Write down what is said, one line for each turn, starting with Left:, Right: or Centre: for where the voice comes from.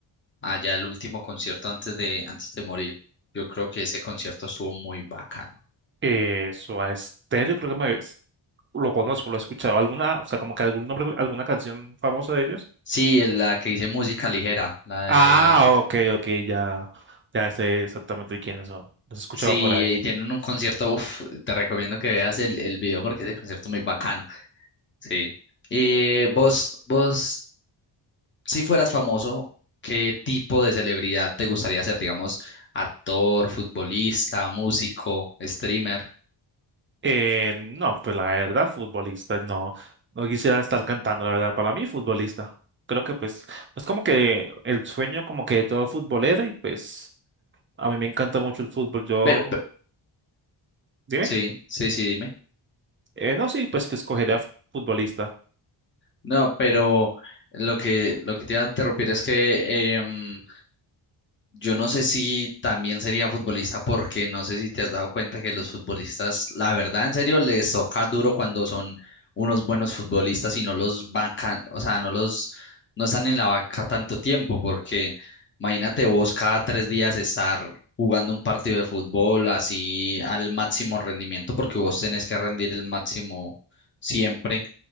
Left: allá el último concierto antes de, antes de morir. Yo creo que ese concierto estuvo muy bacano.
Right: Eh, Soda Stereo, creo que me, lo conozco, lo he escuchado. ¿Alguna, o sea, como que algún nombre, alguna canción famosa de ellos?
Left: Sí, la que dice música ligera, la
Right: Ah,
Left: de...
Right: ok, ok, ya, ya sé exactamente quiénes son. Los he escuchado
Left: Sí,
Right: por ahí.
Left: eh, tienen un concierto, uf, te recomiendo que veas el, el video porque ese concierto es muy bacano. Sí. Eh, vos, vos, si fueras famoso, ¿qué tipo de celebridad te gustaría ser? Digamos, actor, futbolista, músico, streamer.
Right: Eh, no, pues la verdad, futbolista, no, no quisiera estar cantando, la verdad, para mí futbolista. Creo que pues es como que el sueño como que de todo futbolero y pues a mí me encanta mucho el fútbol. Yo,
Left: Pero, pe-
Right: dime,
Left: Sí, sí, sí, dime.
Right: eh, no, sí, pues que escogería futbolista.
Left: No, pero lo que, lo que te iba a interrumpir es que em, yo no sé si también sería futbolista, porque no sé si te has dado cuenta que los futbolistas, la verdad, en serio, les toca duro cuando son unos buenos futbolistas y no los bancan, o sea, no los, no están en la banca tanto tiempo, porque imagínate vos cada tres días estar jugando un partido de fútbol así al máximo rendimiento, porque vos tenés que rendir el máximo siempre